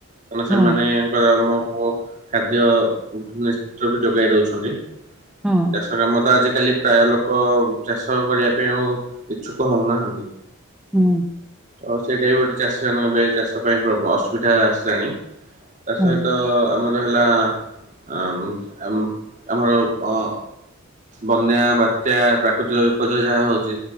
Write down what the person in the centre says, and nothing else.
ହଁ
ହଁ
ହୁଁ।
ହଁ